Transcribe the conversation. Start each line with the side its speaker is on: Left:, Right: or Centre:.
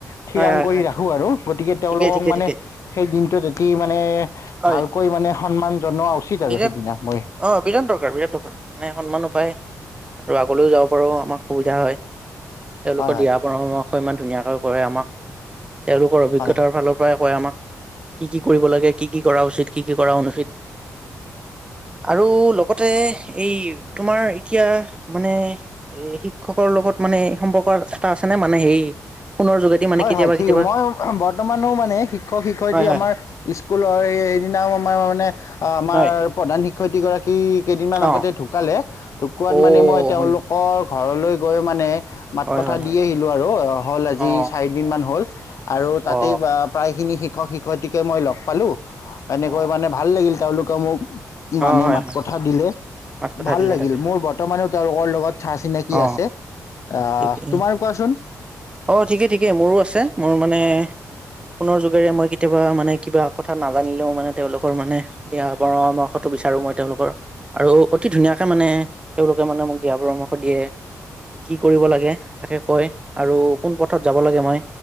Left: থিৰাং
Right: হয় হয়
Left: কৰি
Right: হয়
Left: ৰাখো আৰু গতিকে তেওঁলোকক
Right: ঠিকেই ঠিকেই
Left: মানে।
Right: ঠিকেই
Left: দিনটোত এটি মানে?
Right: হয়
Left: ভালকৈ মানে সন্মান। জনোৱা উচিত
Right: বিৰাট
Left: আৰু সেইদিনা মই
Right: অ বিৰাট দৰকাৰ বিৰাট দৰকাৰ মানে সন্মানো পায়। আৰু আগলৈও যাব পাৰো। আমাৰ সুবিধা হয়।
Left: হয়
Right: তেওঁলোকৰ
Left: হয়
Right: দিহা পৰামৰ্শ। হই ইমান ধুনীয়াকৈ কৰে আমাক। তেওঁলোকৰ অভিজ্ঞতাৰ
Left: হয়
Right: ফালৰ পৰাই। কয় আমাক কি কি কৰিব লাগে কি কি কৰা উচিত কি কি কৰা অনুচিত। আৰু লগতে এই তোমাৰ এতিয়া মানে এ শিক্ষকৰ লগত মানে সম্পৰ্ক এটা আছে নে মানে হেৰি। ফোনৰ যোগেদি মানে
Left: হয়,
Right: কেতিয়াবা
Left: হয় ঠিক।
Right: কেতিয়াবা
Left: মই বৰ্তমানও মানে শিক্ষক- শিক্ষয়িত্ৰী
Right: হয় হয়
Left: আমাৰ স্কুলৰ সেইদিনাও আমাৰ মানে। অহ আমাৰ
Right: হয়
Left: প্ৰধান শিক্ষক। শিক্ষয়ত্ৰী গৰাকী। কেইদিনমান আগতে
Right: অ
Left: ঢুকালে ঢুকোৱাত
Right: অ
Left: মানে মই তেওঁলোকৰ
Right: হয়
Left: ঘৰলৈ। গৈ মানে মাত
Right: হয়
Left: কথা
Right: হয়
Left: দি
Right: হয়
Left: আহিলো আৰু অ হ'ল আজি
Right: অ
Left: <unintelligible> হ'ল আৰু
Right: অ
Left: তাতেই বা প্ৰায় খিনি শিক <unintelligible> শিক্ষয়িত্ৰীকে মই লগ পালোঁ - এনেকৈ
Right: অ
Left: মানে ভাল লাগিল তেওঁলোক ক' মোক মানে
Right: অ হয়
Left: মাত
Right: হয়
Left: কথা দিলে,
Right: মাত কথা
Left: ভাল
Right: দিলে
Left: লাগিল
Right: তাকে
Left: মোৰ বৰ্তমানে অ' লগত। চা-চিনাকি
Right: অ
Left: আছে। আ
Right: ঠিকেই
Left: তোমাৰ কোৱাচোন?
Right: অ' ঠিকে-ঠিকে, মোৰো আছে মোৰ মানে ফোনৰ যোগেৰে মই কেতিয়াও কিবা মানে কিবা কথা নাজানিলেও মানে তেওঁলোকৰ মানে দিয়া পৰামৰ্শটো বিচাৰো মই তেওঁলোকৰ আৰু অতি ধুনীয়াকে মানে তেওঁলোকে মানে মোক দিয়া পৰামৰ্শ দিয়ে, কি কৰিব লাগে তাকে কয়। আৰু কোন পথত যাব লাগে মই